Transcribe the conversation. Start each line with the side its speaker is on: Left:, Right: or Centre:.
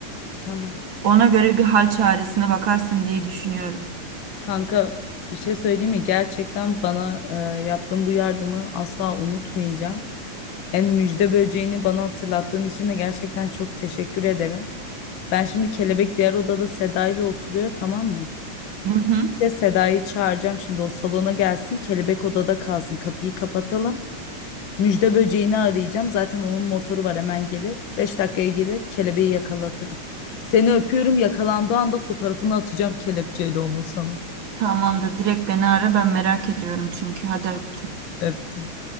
Left: Tamam.
Right: Ona göre bir hal çaresine bakarsın diye düşünüyorum.
Left: Kanka bir şey söyleyeyim mi? Gerçekten bana e, yaptığın bu yardımı asla unutmayacağım. En müjde böceğini bana hatırlattığın için de gerçekten çok teşekkür ederim. Ben şimdi kelebek diğer odada Seda ile oturuyor tamam mı?
Right: Hı hı.
Left: İşte Seda'yı çağıracağım şimdi o salona gelsin kelebek odada kalsın kapıyı kapatalım. Müjde böceğini arayacağım zaten onun motoru var hemen gelir. beş dakikaya gelir kelebeği yakalatırım. Seni öpüyorum yakalandığı anda fotoğrafını atacağım kelepçeyle onun sana.
Right: Tamamdır direkt beni ara ben merak ediyorum çünkü hadi öptüm.
Left: Öptüm.